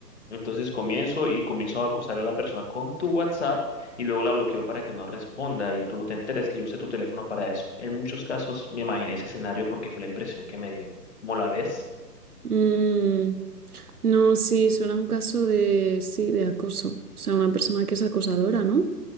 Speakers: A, on the left (about 40°); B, on the right (about 60°).
A: Entonces comienzo y comienzo a acosar a la persona con tu WhatsApp y luego la bloqueo para que no responda y tú no te enteres que yo usé tu teléfono para eso. En muchos casos me imaginé ese escenario porque fue la impresión que me dio. ¿Cómo la ves?
B: Mm, No, sí, suena a un caso de, sí, de acoso. O sea, una persona que es acosadora, ¿no?